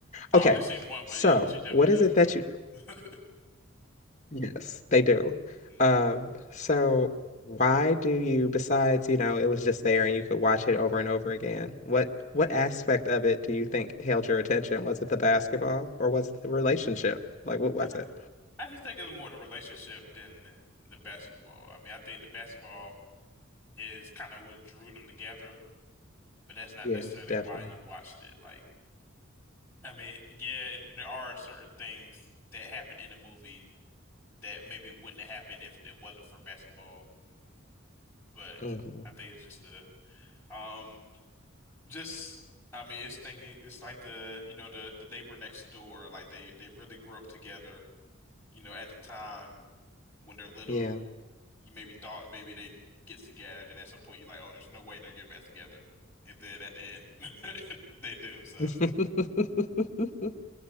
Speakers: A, in the centre; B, on the left.
A: I
B: Okay.
A: only seen one, but
B: So,
A: yeah, she definitely
B: what
A: does
B: is it
A: look
B: that
A: like
B: you
A: her. <laughs>
B: Yes, they do.
A: Mm.
B: Um, so why do you besides, you know, it was just there and you could watch it over and over again. What what aspect of it do you think held your attention? Was it the basketball or was it the relationship? Like what was
A: I,
B: it?
A: I just think it's more the relationship than the basketball. I mean, I think the basketball is kind of what drew them together, but that's not
B: Yeah,
A: necessarily
B: definitely.
A: why you watched it. Like, I mean, yeah, it, there are certain things that happen in the movie that maybe wouldn't have happened if it wasn't for basketball. But
B: hmm
A: I think it's just the um just I mean it's thinking it's like the you know the the neighbor next door like they they really grew up together you know at the time when they're little
B: Yeah.
A: you maybe thought maybe they get together and at some point you're like oh there's no way they're getting back together and then at the end <laughs> they do so
B: <laughs>